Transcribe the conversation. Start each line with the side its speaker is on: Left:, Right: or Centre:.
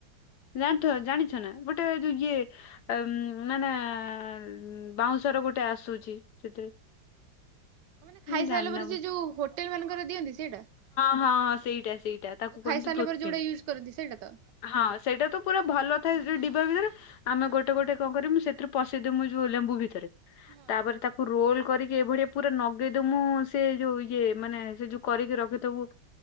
Left: ରାଠର୍ ଜାଣିଛ ନା ଗୋଟେ ଏ ଯୋଉ ଇଏ ମାନେ <unintelligible> ବାଉଁଶର ଗୋଟେ ଆସୁଛି ସେଥିରେ
Right: ଆ ମାନେ ଖାଇ
Left: ମୁଁ
Right: ସାରିଲା
Left: ଜାଣିନ
Right: ପରେ
Left: ହଁ
Right: ସେ ଯୋଉ ହୋଟେଲ ମାନଙ୍କର ଦିଅନ୍ତି ସେଇଟା?
Left: ହଁ ହଁ ସେଇଟା ସେଇଟା ତାକୁ
Right: ଆଉ
Left: କୁହନ୍ତୁ
Right: ଖାଇସାରିଲା
Left: ତୁଥପିନ୍।
Right: ପରେ ଯୋଉଟା ୟୁଜ୍ କରନ୍ତି ସେଇଟା ତ?
Left: ହଁ ସେଇଟା ତ ପୁରା
Right: ଆଚ୍ଛା
Left: ଭଲ ଥାଏ ଡିବା ଭିତରେ ଆମେ
Right: ହଁ
Left: ଗୋଟେ
Right: ହଁ
Left: ଗୋଟେ କଣ କରିମୁ ସେଥିରୁ ପ୍ରସିଦ୍ଧ ମୁଁ ଯୋଉ ଲେମ୍ବୁ ଭିତରେ
Right: ହଁ
Left: ତାପରେ ତାକୁ ରୋଲ କରିକି ଏଇଭଳିଆ ପୁରା ନଗେଇଦ ମୁଁ ସେ ଯୋଉ ଇଏ ମାନେ ସେ ଯୋକ କରିକି ରଖିଥିବୁ